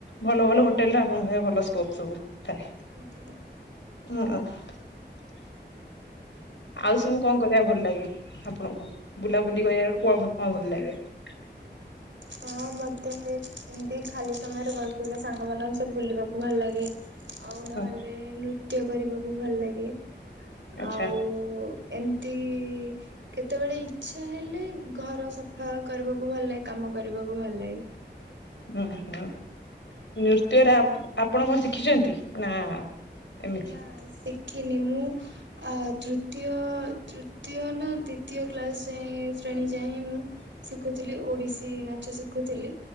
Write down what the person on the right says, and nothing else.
ଆଜ୍ଞା।
ହଁ, ମତେ ଏ ଏମତି ଖାଲି ସମୟରେ ବସିଥିଲେ ସାଙ୍ଗ ମାନଙ୍କୁ ସବୁ ବୁଲିବାକୁ ଭଲ ଲାଗେ। ଆଉ ନହେଲେ
ନୃତ୍ୟ କରିବାକୁ ଭଲ ଲାଗେ,
ଆଉ ଏମିତି କେତେବେଳେ ଇଚ୍ଛା ହେଲେ ଘର ସଫା କରିବାକୁ ଭଲ ଲାଗେ କାମ କରିବାକୁ ଭଲ ଲାଗେ।
ନହେଲେ
ନାଇ ଶି କିି ମୁଁ ତୃତୀୟ ତୃତୀୟ ନା ଦ୍ଵିତୀୟ କ୍ଲାସ ଯାଏ ଶ୍ରେଣୀ ଯାଏ ହିଁ ମୁଁ ଶିଖୁଥିଲି ଓଡିଶୀ ନାଚ ଶିଖୁଥିଲି